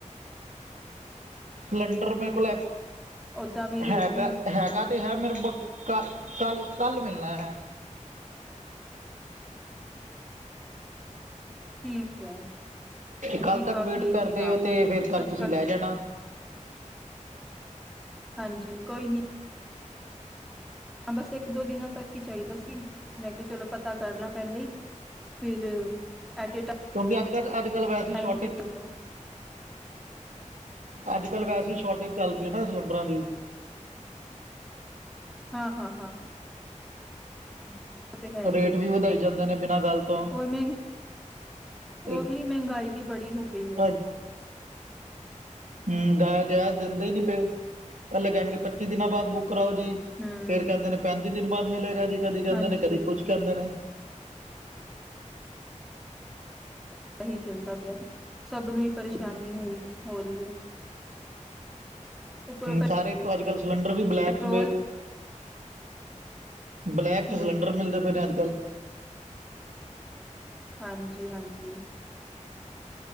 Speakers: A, on the right (about 75°); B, in the centre.
A: ਸਿਲੰਡਰ ਮੇਰੇ ਕੋਲ
B: ਓਦਾਂ ਵੀ ਰੇਟ
A: ਹੈਗਾ
B: ਵੀ
A: ਤੇ ਹੈ ਮੇਰੇ ਕਲ ਕੱਲ ਕੱਲ ਮਿਲਣਾ ਹੈ <inaudible>
B: ਠੀਕ ਹੈ ਕਿਉਂਕਿ
A: ਕੱਲ ਤੱਕ
B: ਕਾਫੀ
A: ਵੇਟ ਕਰਦੇ
B: ਕੀ ਨਾਮ
A: ਹੋ ਤੇ
B: ਏ
A: ਫਿਰ ਕੱਲ
B: ਅੱਜ
A: ਤੁਸੀਂ ਲੈ ਜਾਣਾ
B: ਹਾਂਜੀ ਕੋਈ ਨਹੀਂ ਬਸ ਇੱਕ ਦੋ ਦਿਨਾਂ ਤੱਕ ਹੀ ਚਾਹੀਦਾ ਸੀ ਲੈ ਕੇ ਚਲੋ ਪਤਾ ਕਰਲਾ ਪਹਿਲੇ ਫਿਰ ਐਟ
A: ਵੀ ਅੱਜ ਕਲ ਅੱਜ ਚਲ ਵੈਸੇ
B: ਟਾਈਮ
A: ਹੀ ਸ਼ੋਰਟ
B: ਫਿਰ ਕਿਤੋਂ
A: ਅੱਜ ਕੱਲ ਵੈਸੇ ਸ਼ੋਟੇਜ ਸਲੰਡਰਾਂ ਦੀ
B: ਹਾਂ ਹਾਂ ਹਾਂ <inaudible> ਤੇ ਹੈ ਹੀ
A: ਰੇਟ
B: ਹ
A: ਵੀ ਵਧਾਈ ਜਾਂਦੇ ਨੇ ਬਿਨਾਂ ਗੱਲ ਤੋਂ
B: ਓਏ ਮੈ
A: ਤੇ
B: ਉਹੀ ਮਹਿੰਗਾਈ ਵੀ ਬੜੀ ਹੋ ਗਈ
A: ਅ
B: ਹੈ
A: ਹਮ ਗੈ ਗੈਸ ਦਿੰਦੇ ਹੀ ਨਹੀਂ ਪਏ ਪਹਿਲੇ ਕਹਿਣਗੇ ਪਚੀ ਦਿਨਾਂ ਬਾਅਦ ਬੁਕ ਭਰਾਓ ਜੀ
B: ਹਮ
A: ਫਿਰ ਕਹਿੰਦੇ ਨੇ ਪੈਣਤੀ ਦਿਨ ਬਾਅਦ ਮਿਲੇਗਾ ਜੀ ਕਦੀ ਕਹਿੰਦੇ
B: ਹਾਂਜੀ
A: ਨੇ ਕਦੀ ਕੁਝ ਕਹਿੰਦੇ ਨੇ
B: ਇਹ ਚਲਦਾ ਪਿਆ ਸਭ ਨੂੰ ਹੀ ਪਰੇਸ਼ਾਨੀ ਹੋਈ ਹੋ ਰਹੀ ਉੱਪਰੋਂ
A: ਸਾਰੇ ਅੱਜਕਲ ਸਲੰਡਰ ਵੀ ਬਲੈਕ
B: ਪੈਟਰੋਲ
A: ਚ ਬਲੈਕ ਚ
B: ਹਮ
A: ਸਿਲੰਡਰ ਮਿਲਦੇ ਪਏ ਨੇ ਅੱਜ ਕੱਲ ਜੀ
B: ਹਾਂਜੀ ਹਾਂਜੀ